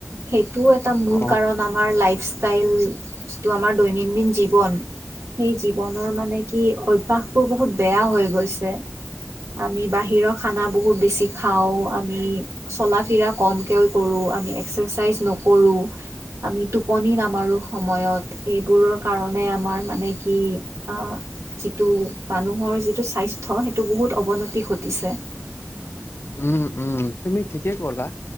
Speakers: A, on the right; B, on the left.
A: এইটো এটা মূল
B: অ
A: কাৰণ আমাৰ লাইফষ্টাইল যিটো আমাৰ দৈনন্দিন জীৱ জীৱন সেই জীৱনৰ মানে কি অভ্যাসবোৰ বহুত বেয়া হৈ গৈছে। আমি বাহিৰৰ খানা বহুত বেছি খাওঁ আমি চলা ফিৰা কমকে কৰো আমি এক্সাইজ নকৰোঁ আমি টোপনি নামাৰোঁ সময়ত এইবোৰৰ কাৰণে আমাৰ মানে কি অ যিটো মানুহৰ যিটো স্বাস্থ্যয় সেইটো বহুত অৱনতি ঘটিছে
B: উম উম তুমি ঠিকে কলা